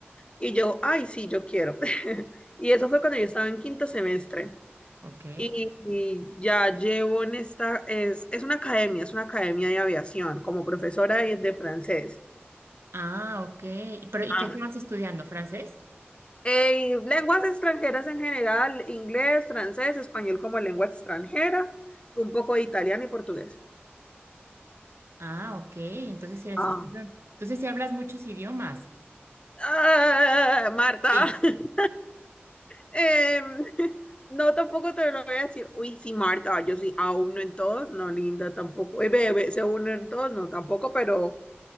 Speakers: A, on the left (about 25°); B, on the right (about 80°).
A: Y yo, ay, sí, yo quiero. <laughs> Y eso fue cuando yo estaba en quinto semestre.
B: ok.
A: Y, y ya llevo en esta, es, es una academia, es una academia de aviación, como profesora de de francés.
B: Ah, ok. Pero, ¿y
A: Ah,
B: qué estabas estudiando? ¿Francés?
A: eh, lenguas extranjeras en general, inglés, francés, español como lengua extranjera, un poco de italiano y portugués.
B: Ah, ok. Entonces sí, eres-
A: Ah.
B: sí son- Entonces sí hablas muchos idiomas.
A: Ah, Marta,
B: Sí.
A: <laughs> Em, no, tampoco te lo voy a decir. Uy, sí, Marta, yo sí, a uno en todos, no, linda, tampoco. Eh, bebé, se uno en todos, no, tampoco, pero,